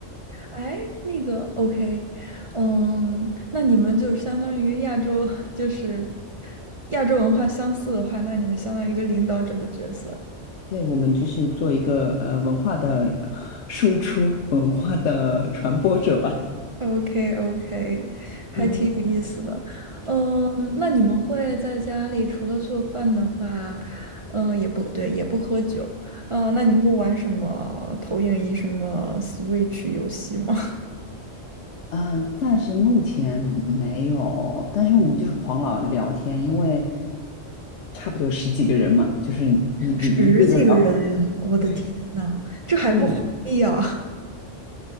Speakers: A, on the right; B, on the left.
A: 哎，那个 OK，嗯，那你们就相当于亚洲，就是亚洲文化相似的话，那你们相当于一个领导者的角色。
B: 对，我们就是做一个呃文化的输出、文化的传播者吧。
A: OK OK，还嗯挺有意思的。
B: 嗯
A: 嗯，那你们会在家里除了做饭的话，嗯，也不对，也不喝酒。嗯，那你们会玩什么投影仪、什么 Switch 游戏吗？
B: 呃，暂时目前没有，但是我们就是狂聊聊天，因为差不多十几个人嘛，就是一一个个聊
A: <laughs> 十几个人呀！
B: <laughs>
A: 我的天呐，
B: 对，
A: 这还不华丽呀？
B: 嗯，
A: <laughs>